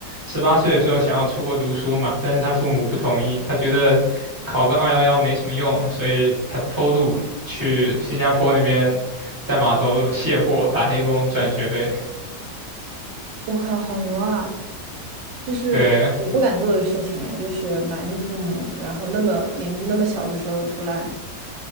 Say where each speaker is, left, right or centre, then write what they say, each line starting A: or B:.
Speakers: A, on the right (about 15°); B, on the right (about 85°).
A: 十八岁的时候想要出国读书嘛，但是他父母不同意，他觉得考个二幺幺没什么用，所以他偷渡去新加坡那边，在码头卸货打黑工赚学费。
B: 我靠，好牛啊！就是我不敢做的事情哎，
A: 对，
B: 就是瞒着父母，然后那么年纪那么小的时候出来，